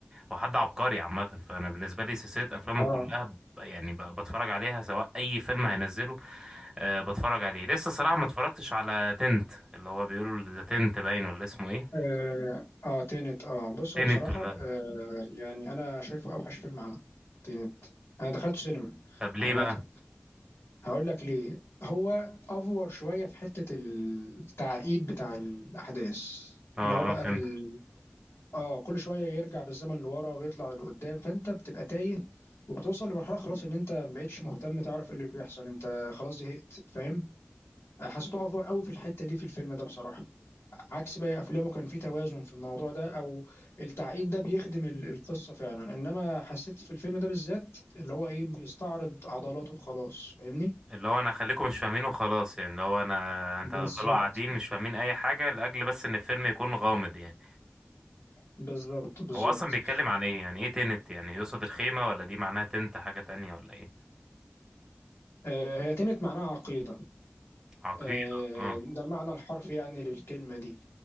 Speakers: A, on the right (about 15°); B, on the left (about 70°).
A: هو حد عبقري عامة فأنا بالنسبة لي سلسلة أفلامه
B: اه
A: كلها ب- يعني ب- بتفرج عليها سواء أي فيلم هينزله أه بتفرج عليه لسه صراحة ما اتفرجتش على تنت اللي هو بيقولوا ذا تنت باين ولا اسمه ايه
B: اه آه، تينت اه بص
A: تنت
B: هو بصراحة
A: ولا
B: آه يعني انا شايفه اوحش فيلم عمل تينت انا دخلت سينما
A: طب ليه
B: عامة
A: بقى
B: هقول لك ليه هو افور شوية في حتة التعقيد بتاع الاحداث
A: اه
B: اللي هو بقى
A: اه فهمت
B: ال... اه كل شوية يرجع بالزمن لورا ويطلع لقدام فانت بتبقى تايه وبتوصل لمرحلة خلاص ان انت ما بقتش مهتم تعرف ايه اللي بيحصل انت خلاص زهقت فاهم حسيته افور قوي في الحتة دي في الفيلم ده بصراحة عكس باقي افلامه كان في توازن في الموضوع ده او التعقيد ده بيخدم ال- القصه فعلا انما حسيت في الفيلم ده بالذات اللي هو ايه بيستعرض عضلاته وخلاص فاهمني
A: اللي هو انا خليكم مش فاهمين وخلاص يعني اللي هو انا انت
B: بالظبط
A: هتفضلوا قاعدين مش فاهمين اي حاجة لاجل بس ان الفيلم يكون غامض يعني
B: بالظبط بالظبط
A: هو اصلا بيتكلم عن ايه يعني ايه تنت يعني يقصد الخيمة ولا دي معناها تنت حاجة تانية ولا ايه
B: آه هي تنت معناها عقيده
A: عقيدة
B: آه
A: اه
B: ده المعنى الحرفي يعني للكلمه دي